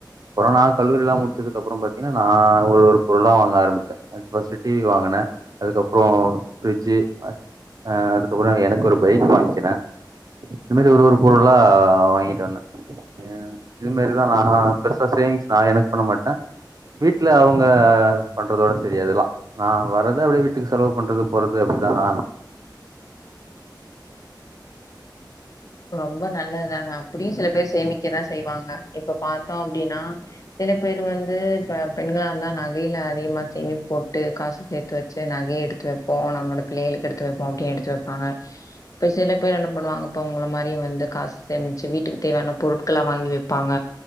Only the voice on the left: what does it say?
ரொம்ப நல்லதுதாங்க அப்டியு சில பேர் சேமிக்கதா செய்வாங்க இப்ப பாத்தோ அப்டின்னா சில பேர் வந்து இப்ப பெண்களாக இருந்தா நகையையில் அதிகமாக சேமிப்பு போட்டு காசு சேத்து வச்சு நகைய எடுத்து வைப்போ நம்மளோட பிள்ளைகளுக்கு எடுத்து வைப்போ அப்டின் எடுத்து வைப்பாங்க இப்ப சில பேர் என்ன பண்ணுவாங்க இப்ப உங்கள மாதிரியும் வந்து காசு சேமிச்சு வீட்டுக்கு தேவையான பொருட்களை வாங்கி வப்பாங்க